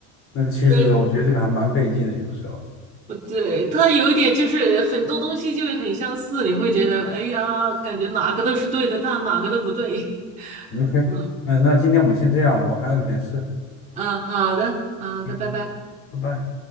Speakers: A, on the left; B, on the right.
A: 那其实我觉得这个还蛮费劲的，
B: 对，
A: 有时候。
B: 不对？它有一点就是很多东西就很相似，你会觉得，哎呀，感觉哪个都是对的，但哪个都不对。<laughs>
A: OK，
B: 嗯
A: 那那今天我们先这样，我还有点事，
B: 嗯，好的，好的，
A: 嗯，
B: 拜拜。
A: 拜拜。